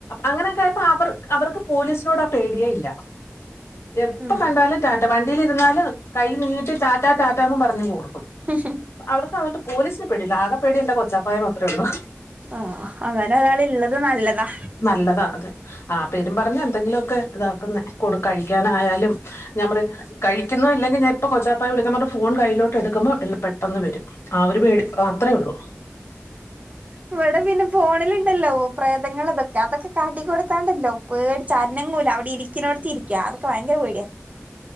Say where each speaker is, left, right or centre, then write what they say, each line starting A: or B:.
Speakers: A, on the left (about 65°); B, on the right (about 30°).
A: അങ്ങനെയൊക്കെ ആയപ്പോ അവർ അവർക്ക് പോലീസിനോട് ആ പേടിയ ഇല്ല എപ്പ
B: ഉം
A: കണ്ടാലും ടാറ്റ വണ്ടിലിരുന്നാലും കൈ നീട്ടി ടാറ്റാ ടാറ്റന്ന് പറഞ്ഞു കൊടുക്കും
B: ഉം ഉം
A: അവർക്ക് അതോടണ്ട് പോലീസിനേ പേടിയില്ല ആകെ പേടി എന്റെ കൊച്ചാപ്പായ മാത്രേ ഉള്ളൂ
B: ആഹ് അങ്ങനെ ഒരാൾള്ളത് നല്ലതാ
A: നല്ലതാ അത് ആഹ് പേരും പറഞ്ഞഞ് എന്തെങ്കിലുക്കെ ഇതാക്കുന്ന കടു കഴിക്കാനായാലും ഞാൻ പറിം കഴിക്കുന്നോ ഇല്ലങ്കിൽ ഞാൻ ഇപ്പൊ കൊച്ചാപ്പായ വിളിക്കും ഫോൺ കയ്യിലോട്ട് എടുക്കുമ്പോ പെട്ടെന്ന് വരും ആഹ് ഒരു പേടി മാത്രള്ളു
B: ഇവിടെ പിന്നെ ഫോണിൽണ്ടല്ലോ പ്രേതങ്ങൾ അതൊക്കെ അതൊക്കെ കാട്ടി കൊ ത്താണ്ടല്ലോ പേടിച് അന്നങ്ങൂല അവിടെ ഇരിക്കുന്നോടത്തി ഇരിക്കുക അതൊക്കെ ഭയങ്കര പേടിയാ